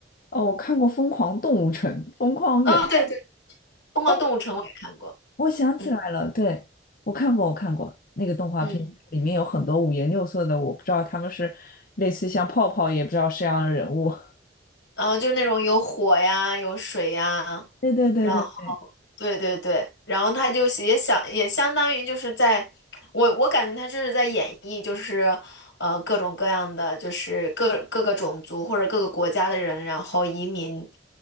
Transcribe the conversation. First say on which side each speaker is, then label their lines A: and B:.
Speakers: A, on the left; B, on the left.
A: 哦，我看过《疯狂动物城》《疯狂远》。
B: 哦，对对，《疯狂动物城》我也看过。
A: 哦，我想起来了，
B: 嗯
A: 对，我看过，我看过那个动画片，
B: 嗯。
A: 里面有很多五颜六色的，我不知道他们是类似像泡泡，也不知道是样的人物。<laughs>
B: 嗯，呃就是那种有火呀，有水呀，
A: 对对对对对，
B: 然后对对对，然后他就是也想也相当于就是在，我我感觉他这是在演绎，就是呃各种各样的，就是各各个种族或者各个国家的人，然后移民